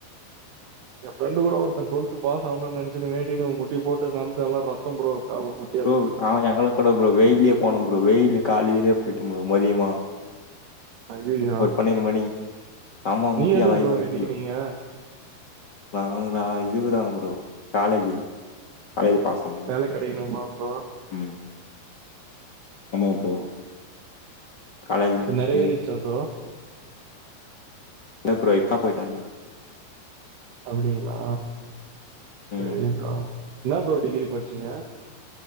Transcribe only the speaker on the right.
ஏ ஃப்ரெண்டு கூட ஒரு ஒருத்தன் டுவெல்த் பாஸ் ஆனனு நினைச்சு வேண்டின்னு முட்டி போட்டு நடந்து எல்லாம் ரத்தம் ப்ரோ கால்முட்
ஐயய்யோ
நீங்க
எதுக்கு
வேண்டிக்கினீங்க
வேல கெடைக்கணுமா அப்போ
நெறவேறிருச்சா ப்ரோ
அப்டிங்களா
சரி ப்ரோ என்ன ப்ரோ டிகிரி படிச்சீங்க